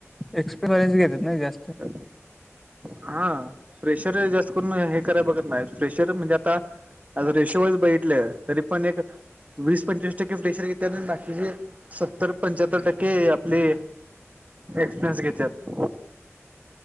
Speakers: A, in the centre; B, on the right.
A: एक्सप्रेस वाेस घेतात ना जास्त.
B: <inaudible> हा प्रेशर जास्त करून हे कराय बघत नाही प्रेशर म्हणजे आता आ रेशो वस बितले तरी पण एक वीस पंचवीस टक्के्ट रेशर घेते बाकीचे सत्तर पंच्याहत्तर टक्के आपले एक्सपिरियन्स घेतात.